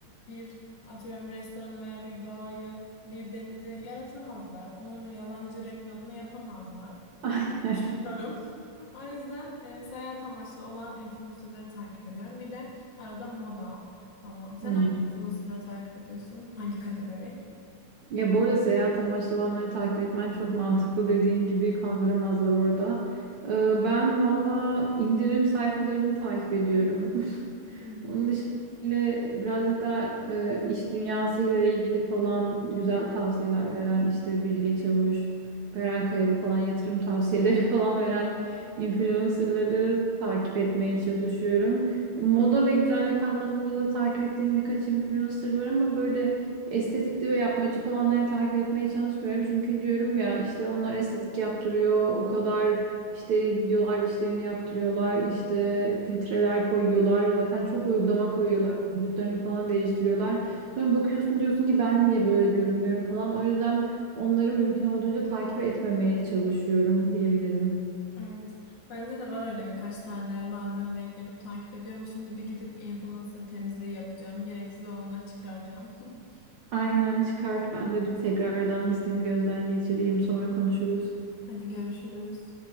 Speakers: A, on the left; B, on the right.
A: bir atıyorum restoranı veya bir doğayı, bir denizi yaratamazlar. Onun yalancı reklamını yapamazlar.
B: <laughs>
A: Düşünüyorum. <laughs> O yüzden e, seyahat amaçlı olan influencerları takip ediyorum. Bir de arada moda falan. Sen
B: Aynen.
A: hangi influencerları takip ediyorsun? Hangi kategori?
B: Ya bu arada seyahat amaçlı olanları takip etmen çok mantıklı dediğin gibi kandıramazlar orada. Ee, ben valla indirim sayfalarını takip ediyorum. <laughs>
A: Hmm.
B: Onun dışında böyle birazcık daha e, iş dünyasıyla ilgili falan güzel tavsiyeler veren işte Bilge Çavuş, Beren Kayalı falan yatırım tavsiyeleri <laughs> falan veren influencerları takip etmeye çalışıyorum. Moda ve güzellik anlamında da takip ettiğim birkaç influencer var ama böyle Estetikli ve yapmacık olanları takip etmeye çalışmıyorum. Çünkü diyorum ya işte onlar estetik yaptırıyor. O kadar işte gidiyorlar dişlerini yaptırıyorlar. işte filtreler koyuyorlar. Zaten çok uygulama koyuyorlar. Vücutlarını falan değiştiriyorlar. Sonra bakıyorsun diyorsun ki ben niye böyle görünmüyorum falan. O yüzden onları mümkün olduğunca takip etmemeye çalışıyorum diyebilirim.
A: Evet. Bende de var öyle birkaç tane bazen denk gelip takip ediyorum. Şimdi bir gidip influencer temizliği yapacağım. Gereksiz olanları çıkaracağım. <laughs>
B: Aynen çıkart ben de bir tekrardan listemi gözden geçireyim sonra konuşuruz.
A: Hadi görüşürüz.